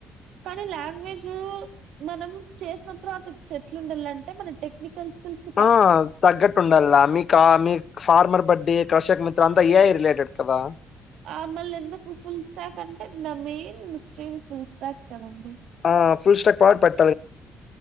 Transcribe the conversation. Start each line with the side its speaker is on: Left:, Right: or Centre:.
Right: కానీ లాంగ్వేజ్ మనం చేసిన ప్రాజెక్ట్ ఎట్లా ఉండాలంటే మన టెక్ నికలసికలిసి
Left: ఆ తగ్గట్టు ఉండాలిలే కానీ ఫార్మర్ బడ్డీ కృషక్ మిత్ర అంతా ఏఐ రిలేటెడ్ కదా
Right: ఆ మళ్ళీ ఎందుకు ఫుల్ స్టాక్ అంటే నా మెయిన్ స్ట్రీమ్ ఫుల్ స్టాక్ కదండి
Left: ఆ ఫుల్ స్టాక్ పట్